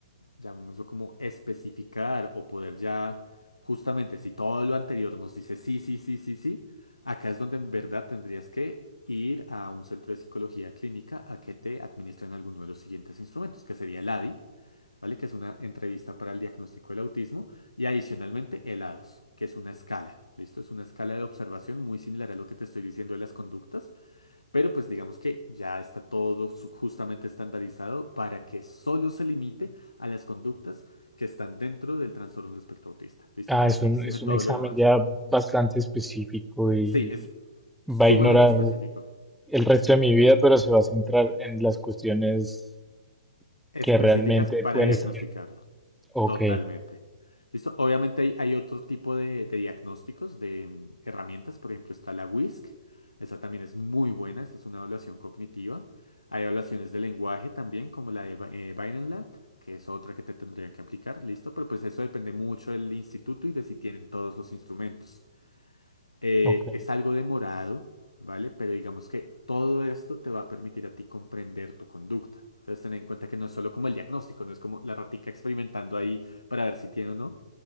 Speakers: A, on the left; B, in the centre.
A: llamémoslo como especificar o poder ya, justamente si todo lo anterior nos dice sí, sí, sí, sí, sí, acá es donde en verdad tendrías que ir a un centro de psicología clínica a que te administren alguno de los siguientes instrumentos, que sería el ADI, ¿vale? Que es una entrevista para el diagnóstico del autismo, y adicionalmente el ADOS, que es una escala, ¿listo? Es una escala de observación muy similar a lo que te estoy diciendo de las conductas, pero pues digamos que ya está todo su- justamente estandarizado para que solo se limite a las conductas que están dentro del trastorno del espectro autista. ¿Listo?
B: Ah,
A: Como
B: es
A: que
B: un,
A: exime
B: es
A: todo
B: un examen
A: lo demás.
B: ya bastante específico y
A: Sí, es
B: va
A: sumamente
B: a ignorar
A: específico.
B: el resto de mi vida, pero se va a centrar en las cuestiones
A: Específicas
B: que realmente
A: para
B: pueden
A: diagnosticarlo.
B: estar en... Ok,
A: Totalmente. Listo. Obviamente hay, hay otro tipo de, de diagnósticos, de mm, herramientas. Por ejemplo, está la WISC. Esa también es muy buena. Esta es una evaluación cognitiva. Hay evaluaciones de lenguaje también, como la de Ba- eh, Vineland, que es otra que te tendrían que aplicar. Listo. Pero pues eso depende mucho del instituto y de si tienen todos los instrumentos. Eh,
B: ok.
A: es algo demorado, ¿vale? Pero digamos que todo esto te va a permitir a ti comprender tu conducta. Entonces, ten en cuenta que no es solo como el diagnóstico, no es como la ratica experimentando ahí para ver si tiene o no,